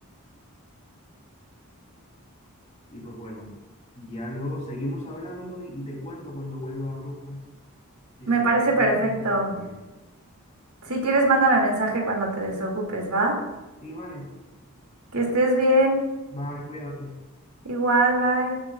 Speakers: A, on the left; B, on the right.
A: y pues bueno, ya luego seguimos hablando y, y te cuento cuando vuelva a Brujas. Sí,
B: me
A: sí,
B: parece
A: yo
B: perfecto.
A: voy a hacer la torre.
B: Si quieres, mándame mensaje cuando te desocupes, ¿va?
A: Sí, vale.
B: Que estés bien,
A: Bye, cuídate.
B: igual, bye.